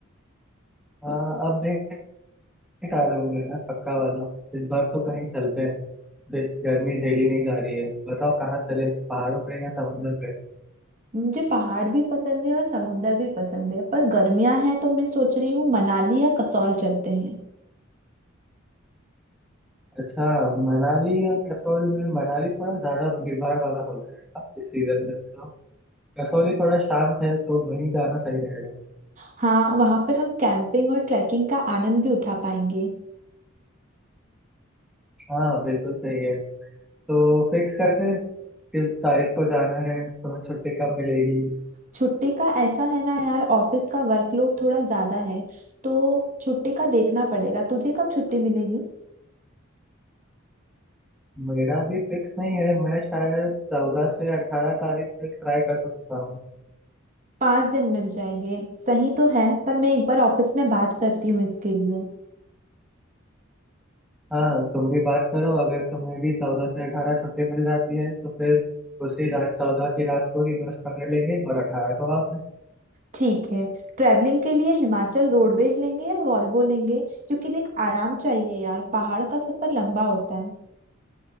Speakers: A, in the centre; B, on the right.
A: हाँ अब देख आ लूंगा ना पक्का वाला इस बार तो कहीं चलते हैं दे- गर्मी झेली नहीं जा रही है बताओ कहाँ चले पहाड़ों पे या समुद्र पे
B: मुझे पहाड़ भी पसंद है और समुंदर भी पसंद है पर गर्मियाँ हैं तो मैं सोच रही हूँ मनाली या कसौल चलते हैं
A: अच्छा मनाली या कसौल में मनाली थोड़ा ज्यादा भीड़ भाड़ वाला हो जाएगा इस सीजन में तो कसौली थोड़ा शांत है तो वहीं जाना सही रहेगा
B: हाँ वहाँ पे हम कैंपिंग और ट्रैकिंग का आनंद भी उठा पाएंगे
A: हाँ बिल्कुल सही है तो फिक्स करते हैं किस तारीख को जाना है तुम्हें छुट्टी कब मिलेगी
B: छुट्टी का ऐसा है ना यार ऑफिस का वर्कलोड थोड़ा ज्यादा है तो छुट्टी का देखना पड़ेगा तुझे कब छुट्टी मिलेगी
A: मेरा भी फिक्स नहीं है मैं शायद चौदह से अठारह तारीख तक ट्राई कर सकता हूँ
B: पाँच दिन मिल जाएंगे सही तो है पर मैं एक बार ऑफिस में बात करती हूँ इसके लिए
A: हाँ तुम भी बात करो अगर तुम्हें भी चौदह से अठारह छुट्टी मिल जाती है तो फिर उसी रात चौदह की रात को ही बस पकड़ लेंगे और अठारह को वापस
B: ठीक है ट्रैवलिंग के लिए हिमाचल रोडवेज लेंगे या वॉल्वो लेंगे क्योंकि देख आराम चाहिए यार पहाड़ का सफर लंबा होता है